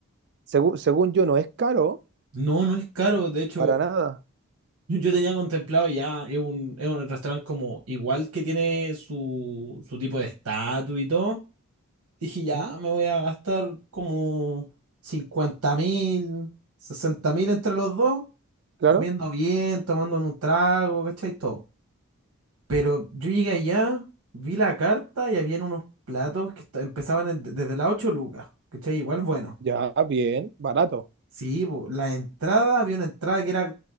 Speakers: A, on the right (about 50°); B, on the right (about 80°).
A: Segu- según yo, no es caro,
B: No, no es caro. De hecho,
A: para nada.
B: yo yo tenía contemplado ya, es un, es un restaurante como igual que tiene su, su tipo de estatus y todo. Dije, ya
A: ¿Mm?
B: me voy a gastar como cincuenta mil, sesenta mil entre los dos,
A: Claro.
B: comiendo bien, tomando un trago, ¿cachai? Todo. Pero yo llegué allá, vi la carta y habían unos platos que esta- empezaban en- desde las 8 lucas, ¿cachai? Igual bueno.
A: Ya, bien, barato.
B: Sí, po, la entrada, había una entrada que era,